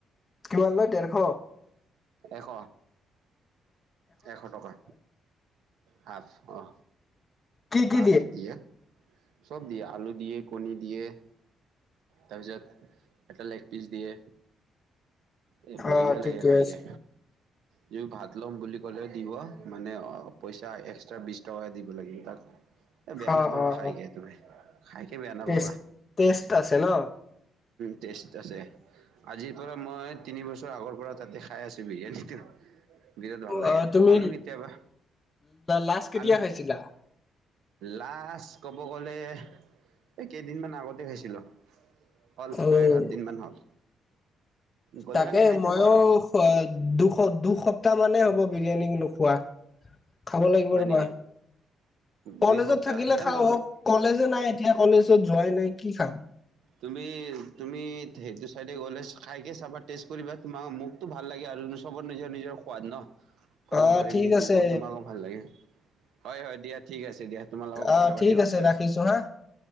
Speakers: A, on the left (about 25°); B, on the right (about 85°).
A: কিমান লয় ডেৰশ
B: এশ। এশ টকা হাফঁ অ।
A: কি কি
B: হাঁফ দিয়ে চব দিয়ে আলু দিয়ে, কণী দিয়ে, - তাৰপিছত এটা লেগ পিচ দিয়ে,। এ বঢ়িয়া
A: অ', ঠিকে
B: লাগে খাইকে।
A: আছে
B: তুমি ভাত ল'ম বুলি ক'লেও দিব মানে অ পইচা এক্সট্ৰা বিশ টকা দিব লাগিব। বেয়া
A: অ',
B: নাপাবা
A: অ',
B: খাই
A: অ',
B: কিনে তুমি। খাইকে বেয়া নাপাবা।
A: টেষ্ট টেষ্ট আছে ন?
B: টেষ্ট আছে আজিৰ পৰা মই- তিনি বছৰ আগৰ পৰা তাতে খাই আছোঁ বিৰিয়ানীটো। বিৰাট ভাল লাগে
A: অ' তুমি
B: আনো কেতিয়াবা
A: লাষ্ট কেতিয়া
B: আনো।
A: খাইছিলা?
B: লাষ্ট ক'ব গ'লে এই কেইদিনমান আগতে খাইছিলোঁ। হ'ল
A: উম,
B: ছয় সাত দিন মান হ'ল। গ'লে
A: তাকে
B: মানে খাই
A: ময়ো
B: থাকো আৰু
A: দু দুসপ্তাহ মানেই হ'ব বিৰিয়ানী নোখোৱা। খাব লাগিব
B: হয়
A: ৰ'বা।
B: নেকি।
A: কলেজত
B: দুই সপ্তাহ
A: থাকিলে
B: এ
A: খাওঁ
B: মই
A: কলেজে নাই এতিয়া কলেজত যোৱাই নাই কি খাম।
B: তুমি তুমি সেইটো ছাইডে গ'লে খাইকে চাবা টেষ্ট কৰিবা তোমাক মোকতো ভাল লাগে। আৰু চবৰ নিজৰ নিজৰ সোৱাদ ন ক'ব
A: অ'
B: নোৱাৰিম
A: ঠিক
B: কি
A: আছে
B: তোমাকো ভাল লাগে। হয় হয় দিয়া ঠিক আছে দিয়া তোমাৰ লগত কথা
A: অ'
B: পাতি
A: ঠিক
B: ভাল
A: আছে
B: লাগিল।
A: ৰাখিছো হা